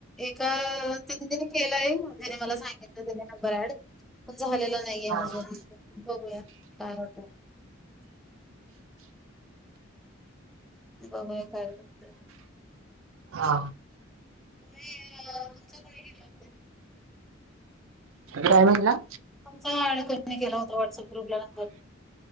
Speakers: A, in the centre; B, on the right (about 80°).
A: एक तिथं तिने केलंय तिने मला सांगितलं नंबर ऍड झालेला नाहीये
B: हा
A: अजून. बघूया, काय होतंय? बघूया काय होतंय?
B: हा
A: तुम्ही तुमचं <unintelligible> केल्या होत्या.
B: काय म्हणला.?
A: तुमचा कोणी केला होता.?? व्हॉट्सअप ग्रुपला नंबर.